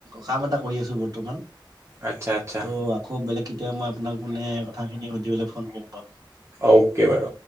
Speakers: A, on the right (about 50°); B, on the right (about 35°).
A: কাম এটা কৰি আছো বহুত বৰ্তমান
B: আচ্ছা আচ্ছা
A: ত আখৌ বেলেগ কেতিয়া মই আপোনাক মানে কথাখিনি সুধিবলে ফোন কৰিম বাৰু
B: অ'কে বাৰু